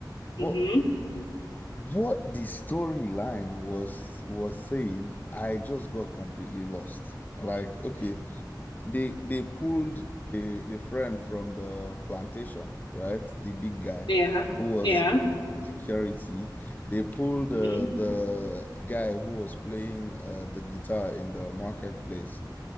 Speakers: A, on the left; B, on the left.
A: But
B: Mm-hmm.
A: what the storyline was was saying, I just got completely lost. Like, okay, they they pulled the the friend from the plantation, right? The big guy
B: Yeah.
A: who was
B: Yeah.
A: security. They pulled
B: Mm-hmm.
A: uh, the guy who was playing uh, the guitar in the marketplace